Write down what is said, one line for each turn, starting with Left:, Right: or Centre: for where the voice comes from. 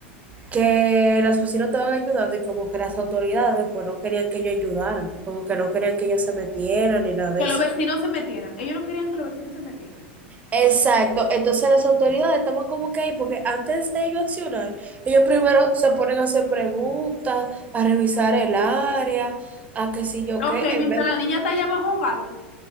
Right: que las vecinos estaban ayudando y como que las autoridades pues no querían que ellos ayudaran, como que no querían que ellos se metieran ni nada de
Left: Que
Right: eso.
Left: los vecinos se metieran. Ellos no querían que los vecinos se metieran.
Right: Exacto, entonces las autoridades estamos como que ahí, porque antes de ellos accionar, ellos primero se ponen a hacer preguntas, a revisar el área, a qué sé yo
Left: Ok,
Right: qué, en
Left: mientras
Right: vez
Left: la niña está allá abajo ahogándose.